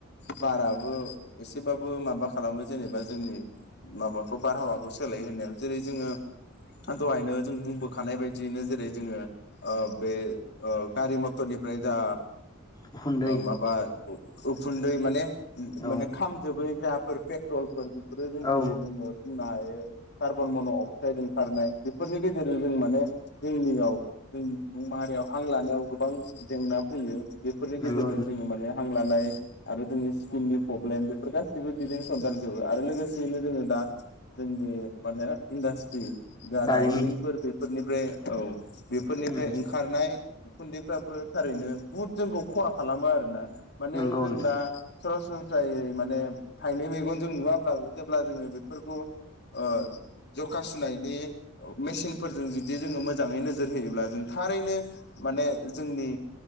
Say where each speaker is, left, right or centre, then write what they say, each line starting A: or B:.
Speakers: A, on the left (about 55°); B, on the left (about 20°).
A: बाराबो एसेबाबो माबा मा खालामो जेनेबा जोंनि माबाखौ बारहावाखौ सोलाय होनायाव जेरै जोङो। दहायनो जों बुंबोखानाय बायदि बिदिनो जेरै जोङो ओ बे गारि मथरनिफ्राय जा
B: उखुन्दै
A: माबा उखुन्दै माने माने
B: औ
A: खामजोबै फुवाफोर पेट्रलफोर बेफोरो जों
B: औ
A: जेरै जोङो। बुंनो हायो कार्बन मन' अक्साइड ओंखारनाय बेफोरनि गेजेरजों जों माने। जोंनियाव जोंनि सुबुं माहारियाव हां लानायाव गोबां जेंना फैयो। बेफोरनि
B: नंगौ
A: गेजेरजों जोङो माने हां लानाय आरो जोंनि स्किननि प्रब्लेम बेफोर गासैबो बिदिनो सनदेरजोबो आरो लोगोसेयैनो जोङो दा जोंनि माने इन्डासट्रि जा
B: दारिमिन
A: दारिमिनफोर बेफोरनिफ्राय औ बेफोरनिफ्राय
B: उम
A: ओंखारनाय उखुन्दैफ्राबो थारैनो बुहुद जोंखौ खहा खालामो आरो ना। माने
B: नंगौ
A: जों
B: नोंथां
A: दा सरासनस्रायै माने थाइनै मेगन जों नुवाब्लाबो जेब्ला जोङो बे फोर ओ जखा सुनायनि मेसिनफोरजों जुदि जोङो मो मोजाङै नोजोर होयोब्ला जों थारैनो माने जोंनि